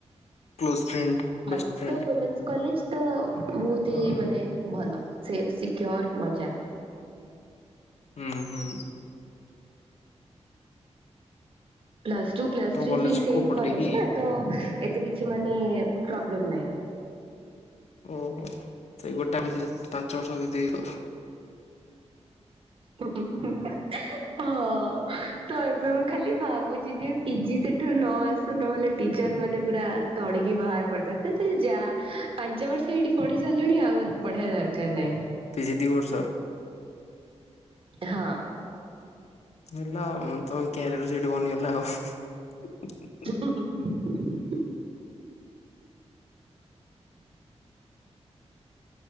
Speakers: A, on the left; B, on the right.
A: କ୍ଲୋଜ ଫ୍ରେଣ୍ଡ
B: କଲେଜ
A: ବେଷ୍ଟ ଫ୍ରେଣ୍ଡ
B: ତ <unintelligible> କଲେଜ ତ ବହୁତ
A: ଓହୋ
B: ହି ମାନେ। ଭଲ ସେଫ ସିକ୍ୟୋର ମଜା।
A: ଉଁ ହୁଁ।
B: ପ୍ଲସ ଟୁ ପ୍ଲସ
A: ତମ
B: ଥ୍ରି
A: କଲେଜ
B: ସେଇ ସେମ୍
A: କୋଉ ପଟେ
B: କଲେଜ
A: କି?
B: ନା ତ ଏତେ କିଛି ମାନେ ପ୍ରୋବ୍ଲେମ ନାଇଁ।
A: ଓହୋ ସେଇ ଗୋଟା ଭିତରେ ପାଞ୍ଚ ବର୍ଷ ବିତେଇଯିବ।
B: <unintelligible> ହଁ ତ ଏବେ ମୁଁ ଖାଲି ଭାବୁଚି ଯେ ପିଜି ସେଠୁ ନ ଆସୁ ନହଲେ ଟିଚର ମାନେ ପୁରା ତଡିକି ବାହାର କରିଦେବେ କହିବେ ତୁ ଯା ପାଞ୍ଚ ବର୍ଷ ଏଇଠି ପଢି ସାରିଲିଣି ଆଉ ପଢିବା ଦରକାର ନାଇଁ।
A: ପିଜି ଦିଇ ବର୍ଷ।
B: ହଁ।
A: ହେଲା ଆଉ ତମ କ୍ୟାରିୟର ସେଇଠି ବନିଗଲା ଆଉ।
B: <inaudible>